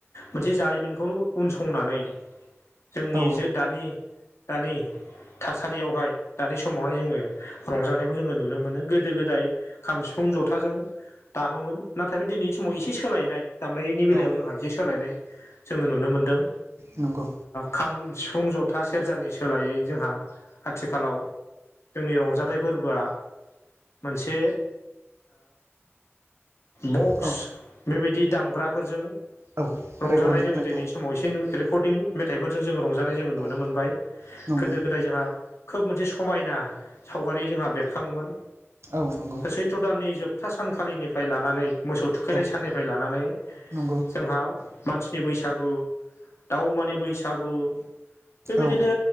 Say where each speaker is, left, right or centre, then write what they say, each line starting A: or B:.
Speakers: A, on the left; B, on the right.
A: मोनसे जारिमिनखौनो उनसंनानै जोंनि
B: औ
A: जे दानि दानि थासारियावहाय दानि समावहाय जोंङो रंजानायखौ जोंङो नुनो मोनो गोदो गोदाय खाम सिफुं जथाजों दामोमोन नाथाय बे दिनैनि समाव एसे सोलायनाय दामनायनि बेलायाव
B: औ
A: जोंहा एसे सोलायनाय जोङो नुनो मोनदों
B: नंगौ
A: खाम सिफुं जथा सेरजानि सोलायै जोंहा आथिखालाव जोंनि रंजाथाइ फोरबोआ मोनसे बक्स
B: औ
A: बेबायदि दामग्राफोरजों
B: औ
A: रंजानाय
B: रेकर्डिं
A: जोङो
B: मेथाइ
A: दिनै स समाव एसे रेकर्डिं मेथाइफोरजों जोङो रंजानाय जों नुनो
B: औ
A: मोनबाय
B: नंगौ
A: गोदो गोदाय जोंहा खोब मोनसे समायना सावगारि जोंहा बेरखाङोमोन
B: औ नंगौ
A: सैथ्र' दाननि जोबथा सानखालिनिफ्राय लानानै मोसौ थुखैनाय
B: औ
A: साननिफ्राय लानानै
B: नंगौ
A: जोंहा मानसिनि बैसागु दाउ अमानि बैसागु बेबायदिनो
B: औ